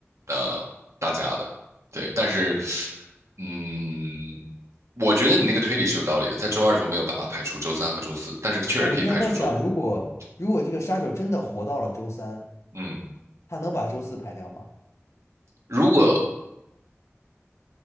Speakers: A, on the right; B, on the left.
A: 呃大家的，对。但是，嗯，我觉得你那个推理是有道理的，在周二的时候没有办法排除周三和周四，但是确实可以排除周五。
B: 哎，我现在在想，如果如果这个杀手真的活到了周三，
A: 嗯嗯，
B: 他能把周四排掉吗？
A: 如果